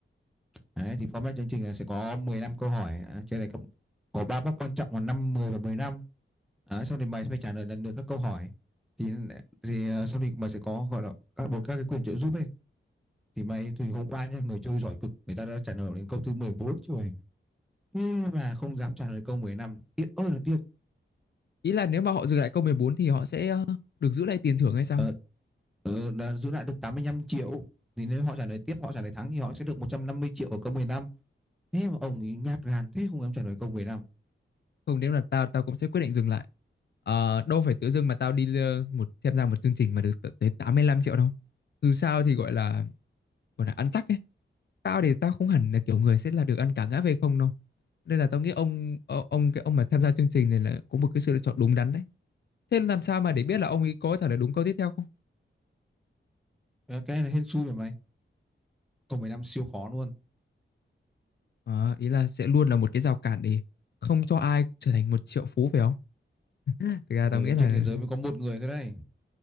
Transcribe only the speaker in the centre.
đấy thì format chương trình là sẽ có 15 câu hỏi à, trên này có có ba mốc quan trọng là năm 10 và 15 Đấy, sau thì mày sẽ phải trả lời lần lượt các câu hỏi thì thì ờ, sau thì mày sẽ có gọi là các một các cái quyền trợ giúp ấy thì mày thì hôm qua nhá người chơi giỏi cực người ta đã trả lời đến câu thứ 14 rồi nhưng mà không dám trả lời câu 15 tiếc ơi là tiếc
ờ, ờ, đã giữ lại được 85 triệu thì nếu họ trả lời tiếp họ trả lời thắng thì họ sẽ được 150 triệu ở câu 15 thế mà ông ấy nhát gan thế không dám trả lời câu 15
Ờ, cái này hên xui rồi mày câu 15 siêu khó luôn
ừ,
trên thế giới mới có một người thôi đấy